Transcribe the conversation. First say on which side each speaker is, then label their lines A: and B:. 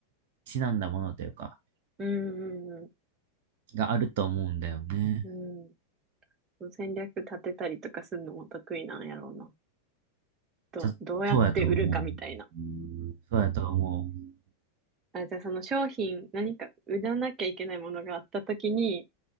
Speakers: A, on the right (about 50°); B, on the right (about 25°).
A: ちなんだものというか、
B: うん、うん、
A: があると思うんだよね。
B: うん、うんその戦略立てたりとかするのも得意なんやろうな。ど、
A: さそうやと思う。
B: どうやって売るかみたいな。
A: そうやと思う。
B: あ、じゃあその商品、何か売らなきゃいけないものがあったときに、